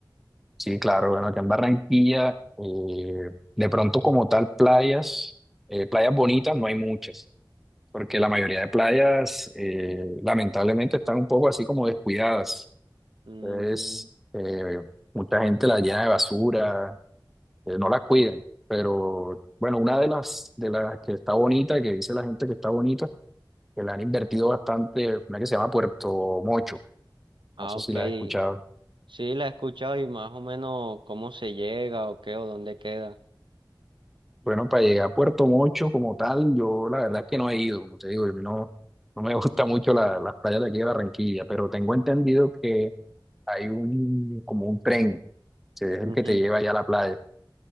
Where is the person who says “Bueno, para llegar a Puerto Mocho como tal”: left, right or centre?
Centre